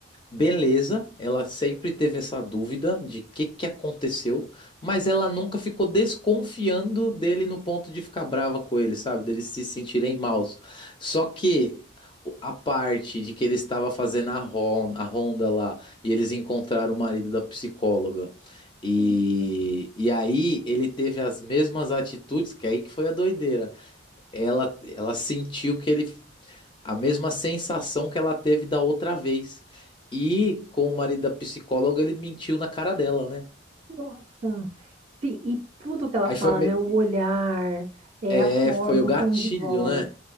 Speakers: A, on the left; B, on the right.
A: Beleza, ela sempre teve essa dúvida de o que que aconteceu, mas ela nunca ficou desconfiando dele no ponto de ficar brava com ele, sabe? Deles se sentirem maus. Só que o- a parte de que ele estava fazendo a ron- a ronda lá e eles encontraram o marido da psicóloga. E,
B: Uhum.
A: e aí ele teve as mesmas atitudes, que aí que foi a doideira. Ela, ela sentiu que ele a mesma sensação que ela teve da outra vez. E com o marido da psicóloga, ele mentiu na cara dela, né?
B: Nossa. Sim, e tudo que ela
A: Aí
B: fala,
A: foi, me-
B: né? O olhar, é,
A: é,
B: a forma,
A: foi o gatilho,
B: o tom de voz.
A: né?